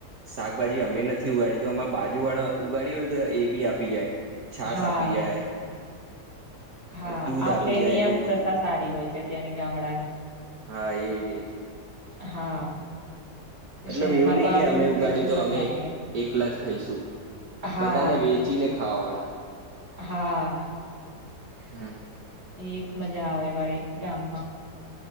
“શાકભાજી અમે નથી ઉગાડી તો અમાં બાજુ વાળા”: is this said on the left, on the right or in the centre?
Right